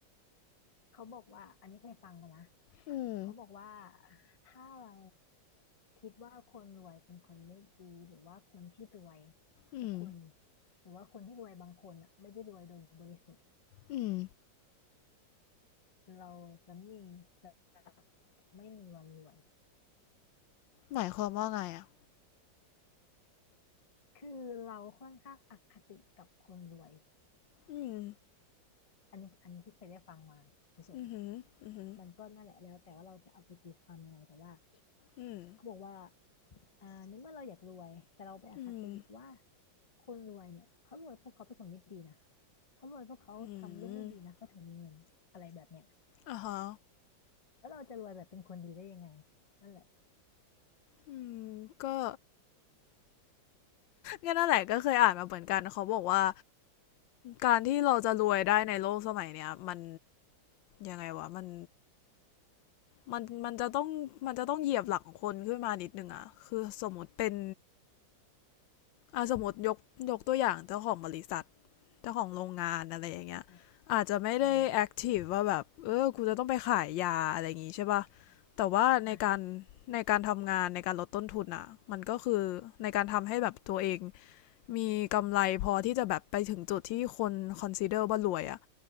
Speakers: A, on the left; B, on the left.
A: เขาบอกว่าอันนี้เคยฟังมานะ
B: อืม
A: เขาบอกว่าถ้าเราคิดว่าคนรวยเป็นคนไม่ดีหรือว่าคนที่รวย
B: อืม
A: ทุกคนหรือว่าคนที่รวยบางคนอ่ะไม่ได้รวยโดยบริสุทธิ์
B: อืม
A: เราจะมีจะไม่มีวันรวย
B: หมายความว่าไงอ่ะ
A: คือเราค่อนข้างอคติกับคนรวย
B: อืม
A: อันนี้อันนี้ที่เคยได้ฟังมาเฉย
B: อืมหืมอืืม
A: ๆมันก็นั่นแหละแล้วแต่ว่าเราจะเอาไปตีความยังไงแต่ว่า
B: อืม
A: เขาบอกว่า อ่าในเมื่อเราอยากรวยแต่เราไปอคติว่า
B: อืม
A: คนรวยเนี่ยเขารวยเพวกเขาเป็นคนไม่ดีนะเขารวยเพวกเขาทำเรื่องไม่ดีนะเขาถึงมีเงินอะไรแบบเนี้ย
B: อืมอ่าฮะ
A: แล้วเราจะรวยแบบเป็นคนดีได้ยังไงนั่นแหละ
B: อืมก็งั้นนั่นแหละก็เคยอ่านมาเหมือนกันเขาบอกว่า การที่เราจะรวยได้ในโลกสมัยเนี้ยมันยังไงวะมันมันมันจะต้องมันจะต้องเหยียบหลังคนขึ้นมานิดนึงอะคือสมมติเป็นอ่ะสมมติยกยกตัวอย่างเจ้าของบริษัทเจ้าของโรงงานอะไรอย่างเงี้ย
A: อืม
B: อาจจะไม่ได้แอคทีฟว่าแบบเออกูจะต้องไปขายยาอะไรอย่างงี้ใช่ป่ะ
A: อม
B: แต่ว่าในการ
A: อ่าฮะ
B: ในการทำงานในการลดต้นทุนอะมันก็คือในการทำให้แบบตัวเองมีกำไรพอที่จะแบบไปถึงจุดที่คนคอนซ n เดอร์ว่ารวยอะ